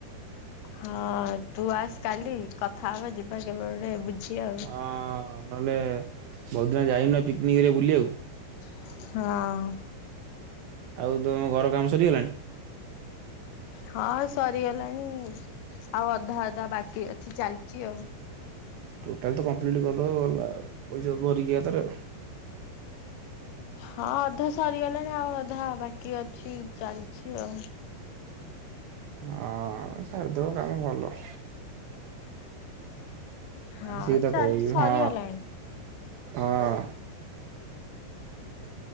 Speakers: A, on the left (about 70°); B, on the right (about 75°).
A: ହଁ, ତୁ ଆସେ କାଲି କଥା ହବା ଯିବା କେବେ ବୁଝି ଗୋଟେ। ଆଉ।
B: ହଁ, ନହେଲେ ବହୁତ ଦିନ ହେଲା ଯାଇନି ନା ପିକନିକ କରିବାକୁ ବୁଲିବାକୁ।
A: ହଁ।
B: ଆଉ ତୁମ ଘର କାମ ସରିଗଲାଣି।
A: ହଁ ସରିଗଲାଣି ଆଉ ଅଧା ଅଧା ବାକି ଅଛି ଚାଲିଛି ଆଉ।
B: ଟୋଟାଲ ତ କମ୍ପ୍ଲିଟ କରିଦବ ଗଲା ପଇସା ଭରିକି ଏଥିରେ।
A: ହଁ ଅଧା ସରିଗଲାଣି ଆଉ ଅଧା ବାକି ଅଛି ଚାଲିଚି ଆଉ।
B: ହଁ ସରିଦିବ କାମ ଭଲ।
A: ହଁ
B: ସେଏ ତ
A: ଚାଲିଛି
B: କହୁଚି
A: ସରିଗଲାଣି।
B: ହଁ ହଁ।